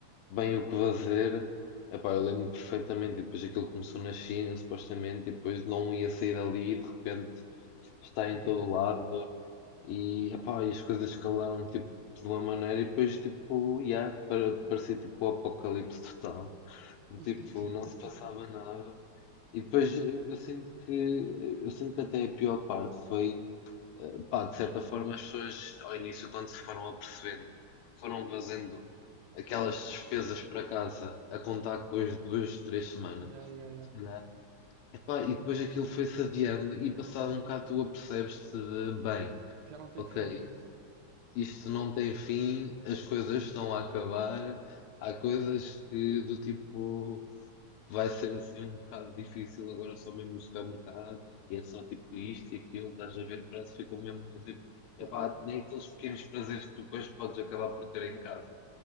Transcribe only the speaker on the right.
<laughs>
E,
e,
<laughs>
yeah, yeah, yeah.
Que já não tem
fim, né?
E, e